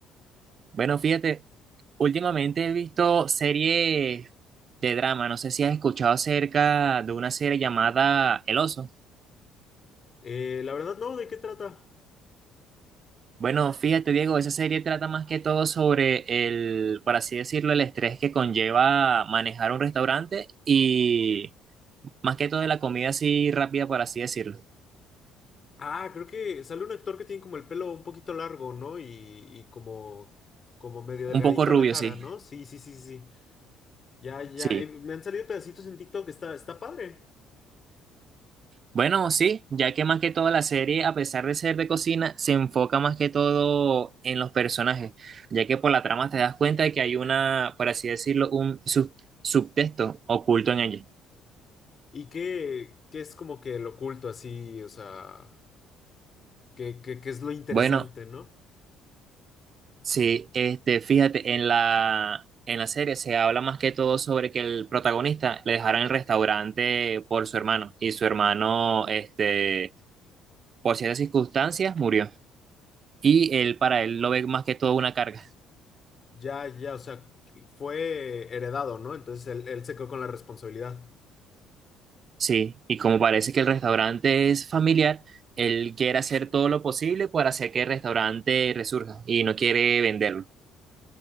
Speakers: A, on the right (about 45°); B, on the left (about 40°).
A: Bueno, fíjate, últimamente he visto series de drama. No sé si has escuchado acerca de una serie llamada El Oso.
B: Eh, la verdad no, ¿de qué trata?
A: Bueno, fíjate, Diego, esa serie trata más que todo sobre el, por así decirlo, el estrés que conlleva manejar un restaurante y más que todo de la comida así rápida, por así decirlo.
B: Ah, creo que sale un actor que tiene como el pelo un poquito largo, ¿no? Y, y como, como medio delgadito
A: Un poco rubio,
B: a la cara,
A: sí.
B: ¿no? Sí, sí, sí, sí. Ya, ya,
A: Sí.
B: eh, me han salido pedacitos en TikTok, está, está padre.
A: Bueno, sí, ya que más que todo la serie, a pesar de ser de cocina, se enfoca más que todo en los personajes, ya que por la trama te das cuenta de que hay una, por así decirlo, un sub- subtexto oculto en ella.
B: ¿Y qué, qué es como que lo oculto así? O sea, ¿qué, qué, qué es lo interesante,
A: Bueno,
B: ¿no?
A: sí, este, fíjate, en la, en la serie se habla más que todo sobre que el protagonista le dejaron el restaurante por su hermano, y su hermano, este, por ciertas circunstancias, murió. Y él, para él, lo ve más que todo una carga.
B: Ya, ya, o sea, fue heredado, ¿no? Entonces él, él se quedó con la responsabilidad.
A: Sí, y como parece que el restaurante es familiar, él quiere hacer todo lo posible para hacer que el restaurante resurja y no quiere venderlo.